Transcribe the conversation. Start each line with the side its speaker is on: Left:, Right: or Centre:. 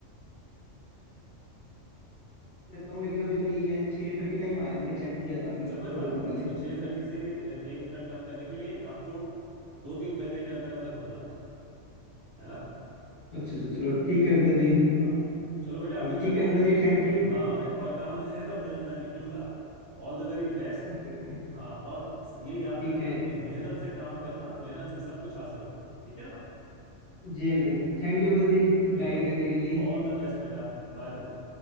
Left: लेता हूँ लेकिन अभी तो यही है छः थर्टी टाइम आया मैंने चेक किया था अभी
Right: अच्छा कोई
Left: थोड़े
Right: बात
Left: दिन
Right: नहीं
Left: पहले
Right: उसको छह थर्टी से अ, एक मिनट कम करने के लिए आपको दो तीन महीने के अंदर अंदर हो जाना चाहिए है ना
Left: अच्छा अच्छा चलो ठीक है अंकल जी
Right: हाँ चलो बेटा अभी
Left: चलो
Right: मेरे
Left: ठीक
Right: को
Left: है अंकल जी
Right: ए-
Left: थैंक
Right: एक
Left: यू
Right: हाँ एक और काम है तो मैं मैं निकलूंगा All the very best
Left: Okay okay
Right: हाँ और स- ये याद
Left: ठीक
Right: रखना
Left: है
Right: कि मेहनत से काम करना मेहनत से सब कुछ हासिल हो जाता है ठीक है ना
Left: जी अंकल जी थैंक यू अंकल जी
Right: चलो
Left: गाइड करने के लिए
Right: ऑल द बेस्ट बेटा बाय बेटा